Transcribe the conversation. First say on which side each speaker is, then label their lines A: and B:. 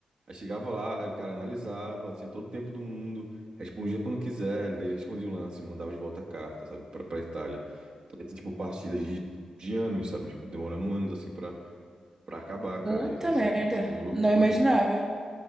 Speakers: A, on the right; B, on the right.
A: Aí chegava lá, aí o cara analisava, tinha todo o tempo do mundo, respondia quando quiser, ele ele respondia o lance, mandava de volta a carta, sabe, pra, pra Itália. Aí tem, tipo, partidas de, de anos, sabe, tipo, demorando anos, assim, pra, pra acabar,
B: Puta
A: cara. E Isso
B: merda.
A: é, isso é meio loucura.
B: Não imaginava.